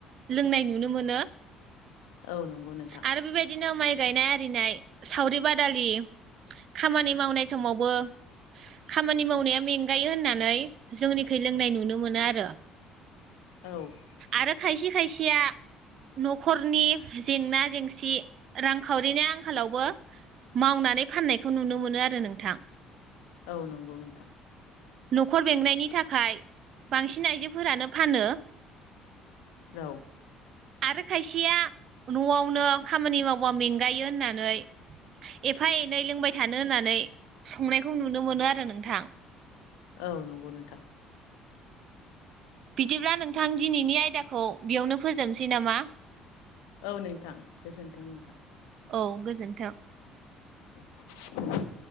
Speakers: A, on the right (about 55°); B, on the left (about 80°).
A: लोंनाय नुनो मोनो।
B: औ नंगौ नोंथां।
A: आरो बेबायदिनो माइ गायनाय आरिनाय सावरि बादालि खामानि मावनाय समावबो खामानि मावनाया मेंगायो। होननानै जोंनिखै लोंनाय नुनो मोनो आरो।
B: औ नंगौ
A: आरो खायसे
B: नोंथां
A: खायसेया नखरनि जेंना जेंसि रांखावरिनि आंखालावबो मावनानै फाननायखौ नुनो मोनो आरो नों थां
B: औ नंगौ नोंथां
A: नखर बेंनायनि थाखाय बांसिन आइजोफोरानो फानो।
B: औ
A: आरो खायसेया नयावनो खामानि मावबा मेंगायो होननानै एफा एनै लोंबाय थानो होननानै संनायखौ नुनो मोनो आरो नोंथां।
B: औ नंगौ नोंथां
A: बिदिब्ला नोंथां दिनैनि आयदाखौ बेयावनो फोजोबनोसै नामा
B: औ नोंथां गोजोनथों।
A: औ गोजोन्थों।
B: <inaudible>